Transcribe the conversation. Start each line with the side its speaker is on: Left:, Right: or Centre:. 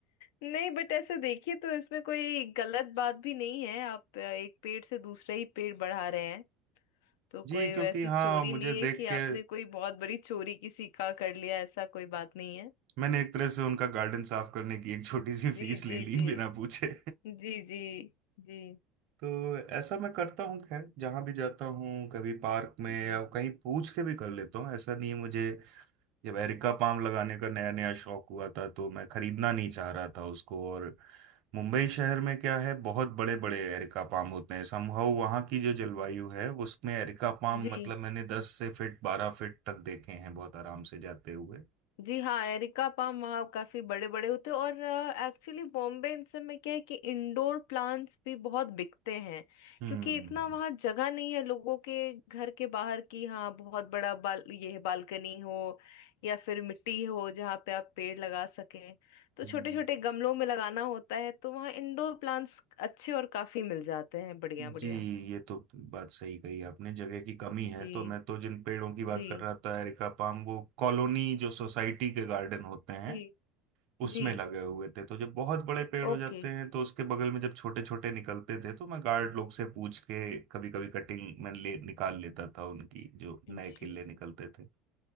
Left: नहीं बट ऐसे देखिए तो इसमें कोई गलत बात भी नहीं है आप एक पेड़ से दूसरा ही पेड़ बढ़ा रहे तो
Right: जी
Left: कोई
Right: क्योंकि
Left: वैसी
Right: हाँ
Left: चोरी
Right: मुझे
Left: नहीं
Right: देख
Left: है कि
Right: के
Left: आपने कोई बहुत बड़ी चोरी किसी का कर लिया ऐसा कोई बात नहीं है
Right: मैंने एक तरह से उनका गार्डन साफ करने की एक छोटी सी फीस
Left: जी
Right: ले
Left: जी
Right: ली
Left: जी
Right: बिना पूछे
Left: जी जी जी
Right: तो ऐसा मैं करता हूँ खैर जहाँ भी जाता हूँ कभी पार्क में
Left: जी
Right: या कहीं पूछ के भी कर लेता हूँ ऐसा नहीं है मुझे जब एरिका पाम लगाने का नया नया शौक हुआ था तो मैं खरीदना नहीं चाह रहा था उसको और मुंबई शहर में क्या है बहुत बड़े बड़े एरिका पाम होते हैं समहाउ वहाँ की जो जलवायु है उसमें एरिका पाम
Left: जी
Right: मतलब मैंने दस से फिट बारह फिट तक देखे हैं बहुत आराम से जाते हुए
Left: जी हाँ एरिका पाम वहाँ काफी बड़े बड़े होते हैं और एक्चुअली बॉम्बे इन सब में क्या है कि इंडोर प्लांट्स भी बहुत बिकते हैं
Right: हम्म
Left: क्योंकि इतना वहाँ जगह नहीं है लोगों के घर के बाहर की हाँ बहुत बड़ा बाल ये है बालकनी हो या फिर मिट्टी हो जहाँ पे आप पेड़ लगा सकें तो
Right: हम्म।
Left: छोटे छोटे गमलों में लगाना होता है तो वहाँ इंडोर प्लांट्स अच्छे और काफी मिल जाते हैं बढ़िया बढ़िया
Right: जी ये तो बात सही कही आपने जगह की कमी है
Left: जी
Right: तो मैं तो जिन पेड़ों की बात
Left: जी
Right: कर रहा था एरिका पाम वो कॉलोनी जो सोसाइटी के गार्डन होते हैं
Left: जी
Right: उसमें
Left: जी
Right: लगे हुए थे तो जब बहुत बड़े पेड़ हो
Left: ओके
Right: जाते हैं तो उसके बगल में जब छोटे छोटे निकलते थे तो मैं गार्ड लोग से पूछ के कभी कभी कटिंग मैं ले निकाल लेता था उनकी जो नए
Left: जी
Right: केले निकलते थे